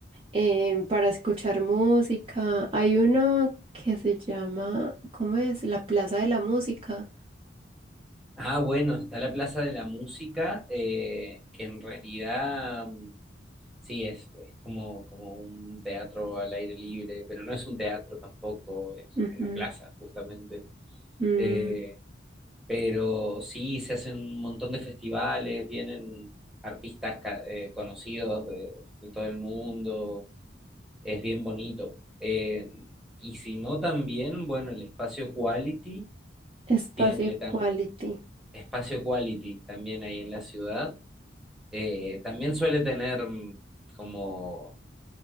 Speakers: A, on the right; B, in the centre.
A: eh, para escuchar música. Hay uno que se llama, ¿cómo es? La Plaza de la Música.
B: Ah, bueno, está la Plaza de la Música, eh, que en realidad mm, sí es, es como, como un teatro al aire libre, pero no es un teatro tampoco, es
A: Ujú.
B: una plaza justamente.
A: Mm,
B: Eh, pero sí, se hacen un montón de festivales, vienen artistas ca- eh, conocidos de, de todo el mundo, es bien bonito. Eh, y si no, también, bueno, el espacio Quality
A: Espacio
B: tiene
A: Equality.
B: tam- espacio Quality también ahí en la ciudad Eh, también suele tener mm, como,